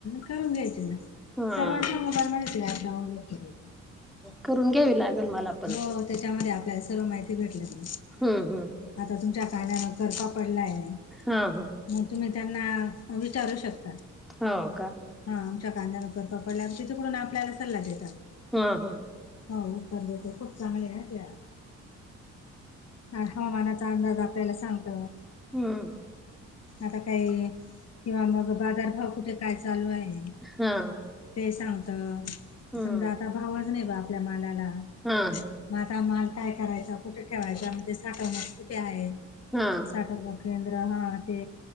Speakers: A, on the left; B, in the centre.
A: करून घ्यायचे ना
B: हा
A: सर्वांच्या मोबाईल मध्ये ते ऍप डाऊनलोड करायची.
B: करून घ्यावी लागल मला पण.
A: हो त्याच्यामध्ये आपल्याला सर्व माहिती भेटले ना.
B: हम्म हम्म हम्म.
A: आता तुमच्या कांद्यान कर का पडला आहे.
B: हा हा.
A: मग तुम्ही त्यांना विचारू शकता.
B: हो का?
A: हा आमच्या कांद्याना कर का पडलाय, तिथे कडून आपल्याला सल्ला देतात.
B: हां हां.
A: हो उत्तर देतो खूप चांगले आहे त्या. ह हवामानाचा अंदाज आपल्या सांगत.
B: हम्म.
A: आता काही किंवा मग बाजारभाव कुठे काय चालू आहे
B: हा
A: ते सांगत
B: हम्म
A: समजा आता भावच नाही आपल्या मालाला
B: हा हा
A: मग आता माल काय करायचा कुठे ठेवायचा म्हणजे साठवण कुठे आहेत
B: हा
A: साठा लोक केंद्र हा ते